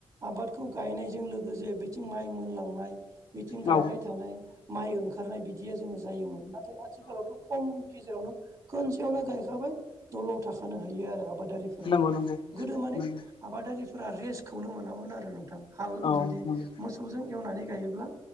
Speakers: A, on the right; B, on the left.
A: आबादखौ गायनायजों लोगोसे बिथिं माइ मोनलांनाय बिथिं गायबाय
B: औ
A: थानाय माइ ओंखारनाय बिदिया जोङो जायोमोन। नाथाय आथिखालावथ' खम गेजेरावनो खोनसेयावनो गायखाबाय दल' था जानो हायो आरो आबादारिफोरा।
B: नंगौ नंगौ
A: गोदो माने
B: नंगौ
A: आबादारिफोरा रेस्खौनो मोनामोन आरो नोंथां। हाल
B: औ
A: जुदि
B: नंगौ
A: मोस मोसौजों एवनानै गायोब्ला